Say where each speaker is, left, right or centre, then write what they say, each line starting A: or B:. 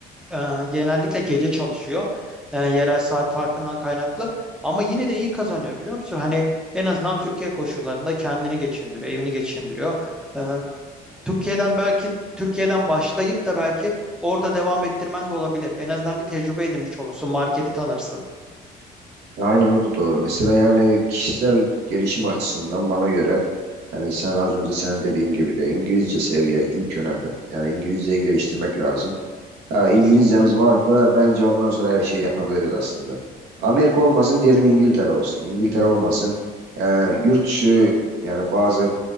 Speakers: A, in the centre; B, on the right (about 80°).
A: ee, genellikle gece çalışıyor. Ee, yerel saat farkından kaynaklı. Ama yine de iyi kazanıyor biliyor musun? Hani en azından Türkiye koşullarında kendini geçindiriyor, evini geçindiriyor. Ee, Türkiye'den belki Türkiye'den başlayıp da belki orada devam ettirmen de olabilir. En azından bir tecrübe edinmiş olursun, marketi tanırsın.
B: Ya Aynen o da doğru. Mesela yani kişisel gelişim açısından bana göre hani sen az önce sen dediğin gibi de İngilizce seviye ilk önemli. Yani İngilizceyi geliştirmek lazım. Ya İngilizcemiz
A: Kesinlikle.
B: varsa bence ondan sonra her şeyi yapabiliriz aslında. Amerika olmasın diyelim İngiltere olsun. İngiltere olmasın. Ee, yurt dışı yani bazı